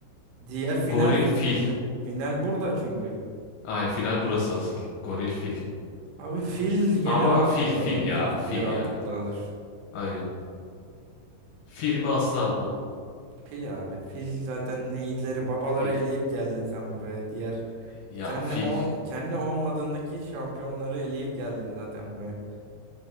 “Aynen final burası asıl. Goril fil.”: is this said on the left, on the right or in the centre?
Left